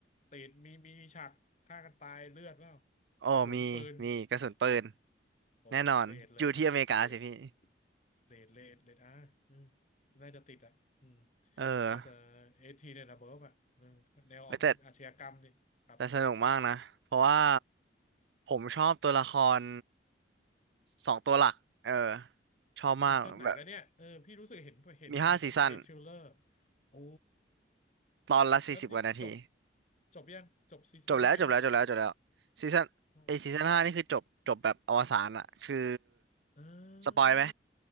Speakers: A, on the left; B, on the right.
A: ติดมีมีฉากฆ่ากันตายเลือดเปล่า
B: โอ้มีมีกระสุนปืน
A: กระสุนปืนโอ้โหเรทเลยครับเรท
B: แน่นอนอยู่ที่อเมริกาสิพี่
A: เรทเรทเรทอาร์อืมน่าจะติดอ่ะอืม
B: เออ
A: น่าจะเอทีเนี่ยนะเบิร์ฟอ่ะเออแนวออกอาชญากรรมนี่ครับครับ
B: เว้ยแต่แต่สนุกมากนะเพราะว่าผมชอบตัวละครสองตัวหลักเออชอบมากแบบ
A: ซีซั่นไหนแล้วเนี่ยเออพี่รู้สึกเห็นเห็นเห็นไอ้ทริลเลอร์
B: มีห้าซีซั่น
A: โอ้
B: ตอนละสี่สิบกว่านาที
A: แล้วนี่จบจบยังจบซีซั่นห้ายัง
B: จบแล้วจบแล้วจบแล้วจบแล้วซีซั่นไอซีซั่นห้านี่คือจบจบแบบอวสานอะคือ
A: อ๋มอ่
B: สปอยไหม
A: า